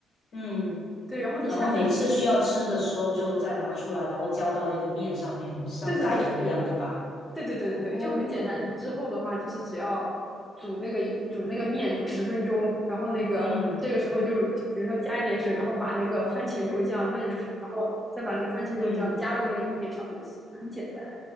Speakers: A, on the left; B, in the centre.
A: 嗯，
B: 对，然后你下次可能，
A: 然后每次需要吃的时候就再拿出来，然后浇到那个面上面，像盖头一样，
B: 对对对对对
A: 对吧？
B: 对对对对对，
A: 哦，
B: 就很简单。你之后的话就是只要煮那个煮那个面煮十分钟，然后那个这个时候就比如说加一点水，
A: 嗯
B: 然后把那个番茄肉酱焖熟，然后再把那个番茄肉酱加到那个意面上就行，
A: 嗯。
B: 很简单。